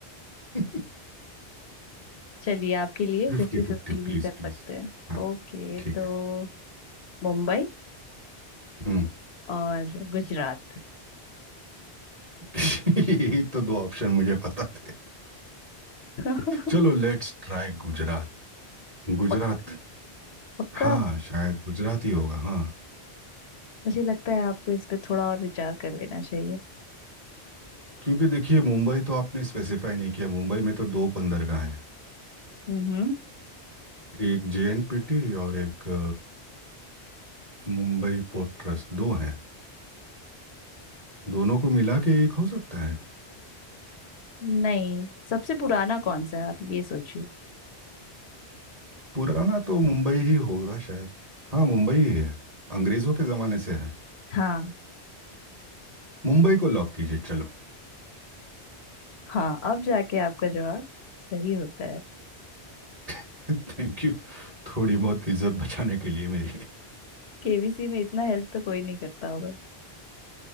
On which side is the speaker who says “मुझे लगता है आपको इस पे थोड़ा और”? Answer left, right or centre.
Left